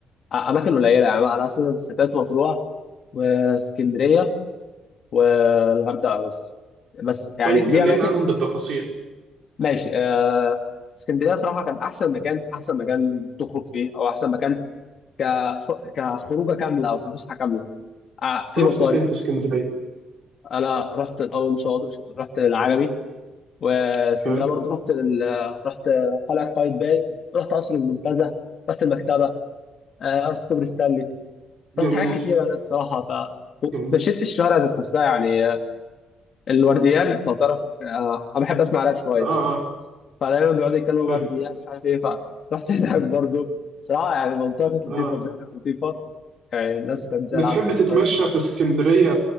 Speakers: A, on the left (about 55°); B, on the right (about 60°).
A: أ- أماكن قليلة يعني أنا أصلا سافرت مطروح واسكندرية والغردقة بس بس يعني
B: طيب
A: دي
B: كلمنا
A: أماكن
B: عنهم بالتفاصيل
A: ماشي آه اسكندرية صراحة كان أحسن مكان أحسن مكان تخرج فيه أو أحسن مكان ك كخروجة كاملة أو كفسحة كاملة آه في
B: رحت
A: مصايف
B: فين في اسكندرية
A: أنا رحت الأول شاطئ شاطئ- رحت العجمي واسكندرية
B: حلو
A: برضه رحت لل... رحت قلعة قايتباي رحت قصر المنتزه رحت المكتبة آه، ارض كوبري ستانلي طب
B: جميل
A: حاجات كتيره بصراحه ف
B: جميل
A: مشيت الشوارع ذات نفسها يعني آه، الورديان لو تعرف آه، انا بحب اسمع راب شويه
B: آه آه
A: فدايما بيقعدوا يتكلموا
B: حلو
A: ورديان مش عارف ايه فرحت <laughs> هناك برضه صراحه يعني المنطقه كانت لطيفه
B: آه
A: الدنيا كانت لطيفه يعني الناس كانت زي
B: بتحب
A: العسل والله
B: تتمشى في اسكندرية